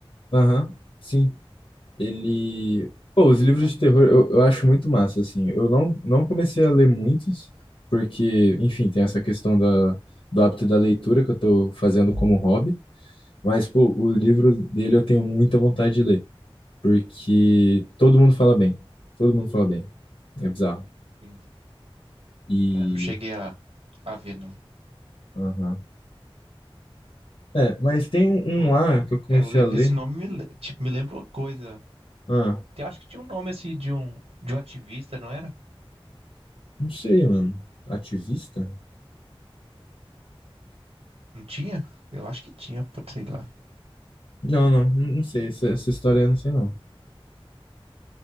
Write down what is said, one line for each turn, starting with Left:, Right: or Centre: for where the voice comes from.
Left: Aham, sim. Ele. Pô, os livros
Right: É? Bacana.
Left: de terror eu, eu acho muito massa, assim. Eu não, não comecei a ler muitos, porque, enfim, tem essa questão da, do hábito da leitura que eu tô fazendo como hobby. Mas, pô, o livro dele eu tenho muita vontade de ler, porque todo mundo fala bem. Todo mundo fala bem. É bizarro.
Right: Sim.
Left: E.
Right: É, não cheguei a, a ver, não.
Left: Aham. É, mas tem um,
Right: Pô,
Left: um lá que eu comecei
Right: é, eu le-
Left: a ler.
Right: Esse nome me, le- tipo, me lembra uma coisa.
Left: Ah,
Right: Eu acho que tinha um nome assim de um, de um ativista, não era?
Left: não sei, mano. Ativista?
Right: Não tinha? Eu acho que tinha, pô, sei lá.
Left: Não, não, não sei. Essa, essa história eu não sei, não.